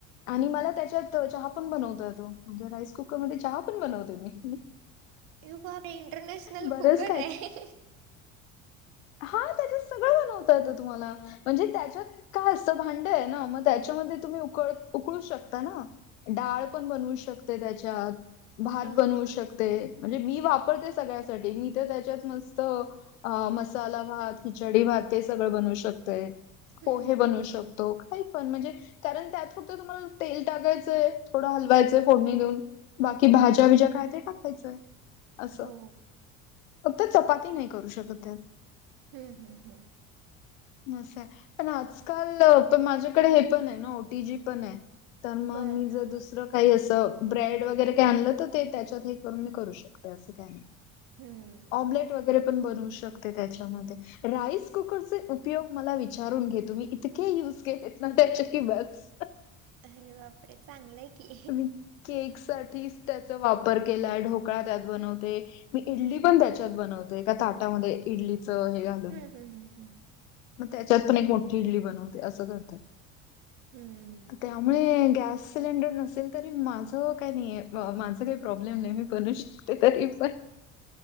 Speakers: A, on the left; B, on the right.
A: आणि मला
B: हम्म.
A: त्याच्यात चहा पण बनवता
B: अच्छा
A: येतो. म्हणजे राईस कुकर मध्ये चहा पण बनवते मी.
B: यु बा इंटरनेशनल
A: बरंच
B: कुकर आहेै.
A: हा त्याच्यात सगळं बनवता येत तुम्हाला. म्हणजे त्याच्यात काय असतं भांड आहे ना मग त्याच्यामध्ये तुम्ही उकळ उकळू शकताय ना डाळ पण बनवू शकते त्याच्यात भात
B: हां
A: बनवू
B: हां हां
A: शकते. म्हणजे मी वापरते सगळ्यासाठी मी तर त्याच्यात मस्त आ- मसाला भात खिचडी भात ते सगळं बनवू शकतय
B: हम्म,
A: पोहे
B: हम्म,
A: बनवू
B: हम्म.
A: शकतो. काय पण म्हणजे कारण त्यात फक्त तुम्हाला तेल टाकायचंय थोडं हलवायचं. फोडणी देऊन बाकी भाज्या बिज्या काय ते टाकायचंय असं.
B: हो
A: फक्त चपाती नाही करू शकत त्यात
B: हम् हम हम
A: नसय पण आजकाल- पण माझ्याकडे हे पण आहे ना ओटीजी पण आहे तर मग
B: बरं
A: मी जर
B: हां
A: दुसरं.
B: हां
A: काही असं ब्रेड वगैरे काही आणलं तर ते त्याच्यात हे करून मी करू शकते असं काय नाही.
B: हम्म.
A: ऑमलेट वगैरे पण बनवू शकते त्याच्यामध्ये. राईस कुकरचे उपयोग मला विचारून घे तूम्ही इतके यूज केलेत ना त्याचे कि बस.
B: अरे बापरे चांगलं आहे. की
A: मी केक साठीच त्याचा वापर केलाय ढोकळा त्यात बनवते. मी इडली पण त्याच्यात बनवते एका ताटामध्ये इडलीच हे-
B: हम्म, हम्म, हम्म, हम्म.
A: त्याच्यात पण एक मोठी इडली बनवते असं करते.
B: हम्म.
A: त्यामुळे गॅस सिलेंडर नसत. असेल तरी माझ काही नाही माझ काही प्रॉब्लेम नाही मी बनू शकते तरी पण.